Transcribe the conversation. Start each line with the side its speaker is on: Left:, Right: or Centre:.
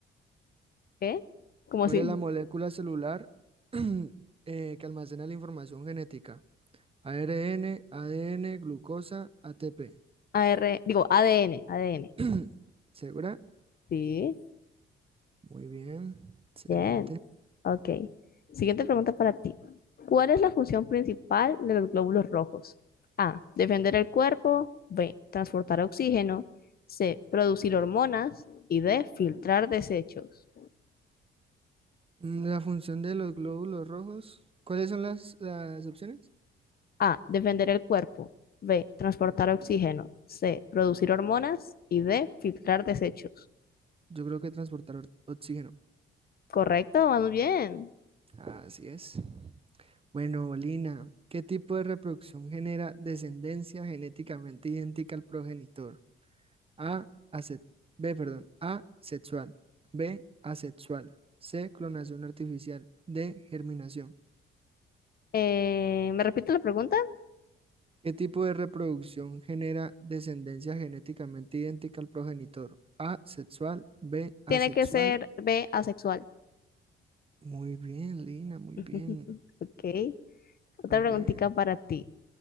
Left: ¿Qué? ¿Cómo
Right: ¿Cuál
Left: así?
Right: es la molécula celular <clears throat> eh, que almacena la información genética? ARN, ADN, glucosa, ATP.
Left: AR, digo, ADN, ADN.
Right: <clears throat> ¿Segura?
Left: Sí,
Right: Muy bien, excelente.
Left: bien. Ok. Siguiente pregunta para ti. ¿Cuál es la función principal de los glóbulos rojos? A, defender el cuerpo. B, transportar oxígeno. C, producir hormonas. Y D, filtrar desechos.
Right: Mm, La función de los glóbulos rojos. ¿Cuáles son las, las opciones?
Left: A, defender el cuerpo. B, transportar oxígeno. C, producir hormonas. Y D, filtrar desechos.
Right: Yo creo que transportar or- oxígeno.
Left: Correcto, vamos bien.
Right: Así es. Bueno, Lina, ¿qué tipo de reproducción genera descendencia genéticamente idéntica al progenitor? A, ase- B, perdón, A, sexual, B, asexual, C, clonación artificial, D, germinación.
Left: Eh, ¿me repito la pregunta?
Right: ¿Qué tipo de reproducción genera descendencia genéticamente idéntica al progenitor? A, sexual, B, asexual.
Left: Tiene que ser B, asexual.
Right: Muy bien, Lina, muy
Left: <laughs>
Right: bien,
Left: Ok. Otra
Right: muy
Left: preguntita
Right: bien.
Left: para ti.